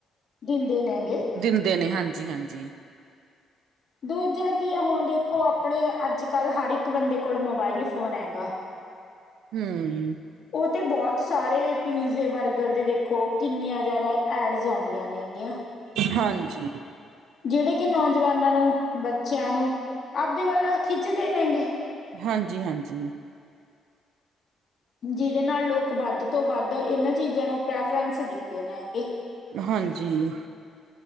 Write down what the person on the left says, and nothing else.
ਦਿੰਦੇ ਨੇ ਗੇ।
ਦੂਜਾ ਕੀ ਹੈ ਹੁਣ ਦੇਖੋ ਆਪਣੇ ਅੱਜ-ਕੱਲ ਹਰ ਇੱਕ ਬੰਦੇ ਕੋਲ ਮੋਬਾਇਲ ਫੋਨ ਹੈਗਾ।
ਓ ਤੇ ਬਹੁਤ ਸਾਰੇ ਪੀਜ਼ੇ, ਬਰਗਰ ਦੇ ਦੇਖੋ ਕਿੰਨੀਆਂ ਜ਼ਿਆਦਾ ਐਡਸ ਆਉਂਦੀਆਂ ਨੇ ਗਈਆ।
ਜਿਹੜੇ, ਕਿ ਨੌਜਵਾਨਾਂ ਨੂੰ ਬੱਚਿਆਂ ਨੂੰ, ਆਪਦੇ ਵੱਲ ਖਿੱਚਦੇ ਨੇਗੇ
ਜਿਹਦੇ ਨਾਲ, ਲੋਕ ਵੱਧ ਤੋਂ ਵੱਧ ਇਹਨਾਂ ਚੀਜ਼ਾਂ ਨੂੰ ਪ੍ਰੈਫਰੈਂਸ ਦਿੰਦੇ ਨੇ,